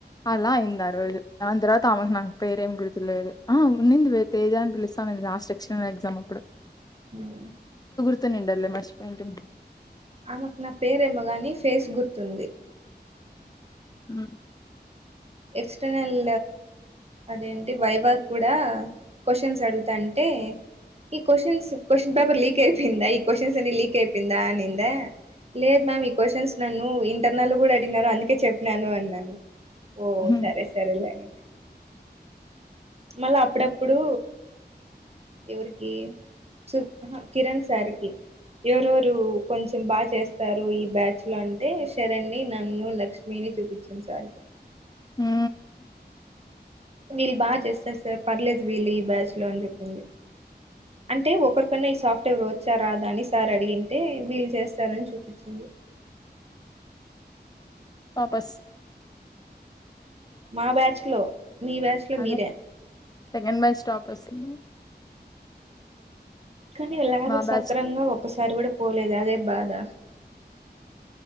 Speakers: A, on the left; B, on the right.
A: అలా అయింది ఆ రోజు దాని తరువాత ఆమె నాకు పేరేం గుర్తులేదు హా ఉనిదివే తేజని పిలిస్తా లాస్ట్ ఎక్స్టర్నల్ ఎగ్జామ్ అప్పుడు
B: హ్మ్మ్
A: గుర్తుండేదిలే మర్చిపోయటుంది
B: ఆమెకు నా పేరెమ్మగాని ఫేస్ గుర్తుంది
A: అ
B: ఎక్స్టర్నల్ అదేంటి వైవాకి కూడా క్వశ్చన్స్ అడుగుతాంటే ఈ క్వశ్చన్స్ క్వశ్చన్ పేపర్ లీక్ అయిపోయిందా ఈ క్వశ్చన్స్ అని లీక్ అయిపోయిందా అనిందా లేదు మ్యామ్ ఈ క్వశ్చన్స్ నన్ను ఇంటర్నల్ కూడా అడిగనారు అందుకే చెప్పినాను అన్నాను ఓ
A: హ్మ్
B: సరే సరే లే అనింది మళ్ళా అప్పుడప్పుడు ఎవరికి సు కిరణ్ సార్ కి ఎవరవరు కొంచెం బాగా చేస్తారు ఈ బ్యాచ్ లో అంటే శరణ్ని నన్ను లక్ష్మీ చూపించింది సార్ కి
A: హ
B: వీళ్ళు బా చేస్తారు సార్ పర్లేదు వీళ్ళు ఈ బ్యాచ్ లో అని చెప్పింది అంటే ఒకరికన్నా ఈ సాఫ్ట్వేర్చ్చ వచ్చారా దా అని సార్ అడిగింటే వీళు చేస్తారని చూపించింది
A: వాపస్
B: మా బ్యాచ్ లో మీ బ్యాచ్ లో
A: అదే
B: మీరే
A: సెకండ్ బై స్టాప్ వస్తుంది
B: కానీ భకు
A: మా
B: సక్రంగా
A: బ్యాచ్
B: ఒక్కసారి కూడా పోలేదు అదే బాధ